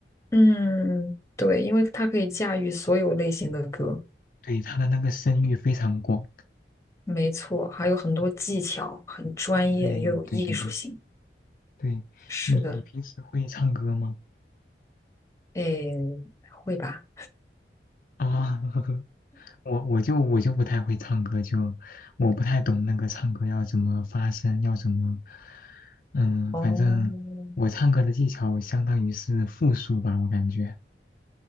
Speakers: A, on the left; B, on the left.
A: 嗯，对，因为它可以驾驭所有类型的歌，
B: 对，他的那个声誉非常广。
A: 没错，还有很多技巧，很专业又有艺术性。
B: 对对对对对，
A: 是的，
B: 你你平时会唱歌吗？
A: 诶，会吧？
B: 啊，<laughs> 我我就我就不太会唱歌，就我不太懂那个唱歌要怎么发声，要怎么，嗯，
A: 哦，
B: 反正我唱歌的技巧相当于是复数吧，我感觉，